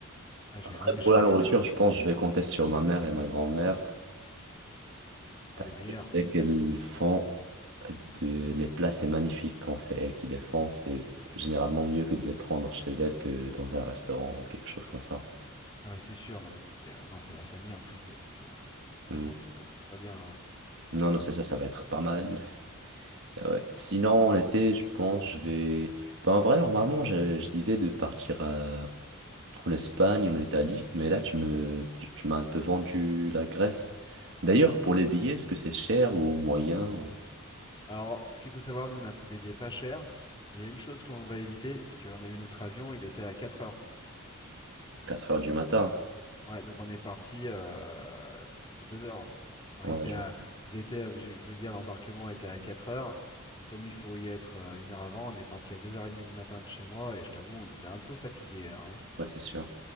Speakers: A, on the left; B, on the right.
A: Ah,
B: Après,
A: j'ai, non, mais
B: pour
A: je ferais
B: la nourriture, je pense que je vais compter sur ma mère et ma grand-mère.
A: ah,
B: Parce
A: le meilleur.
B: que c'est qu'elles font de... les plats, c'est magnifique quand c'est elles qui les font. C'est généralement mieux que de les prendre chez elles que dans un restaurant ou quelque chose comme ça.
A: Ah ouais, c'est sûr, non mais puis euh, non, c'est la famille en plus, euh, donc euh,
B: Hmm.
A: elles font tout pour que ce soit bien. hein.
B: Non, non, c'est ça, ça va être pas mal. Euh, ouais. Sinon, en été, je pense, je vais. Bah, en vrai, normalement, je, je disais de partir euh, en Espagne ou en Italie, mais là, tu me, tu, tu m'as un peu vendu la Grèce. D'ailleurs, pour les billets, est-ce que c'est cher ou moyen ou
A: Alors, ce qu'il faut savoir, nous, on a pris des billets pas chers, mais il y a une chose qu'on va éviter, c'est qu'on a eu notre avion, il était à 4 heures.
B: quatre heures du matin?
A: Ouais, donc on est parti euh, à 2 heures. Enfin,
B: Ouais,
A: il était
B: je
A: à,
B: vois.
A: il était, à- je je veux dire, l'embarquement était à 4 heures. Donc comme il faut y être euh, une heure avant, on est parti à 2h30 du matin de chez moi, et je t'avoue, on était un peu fatigué là. hein.
B: Ouais, c'est sûr.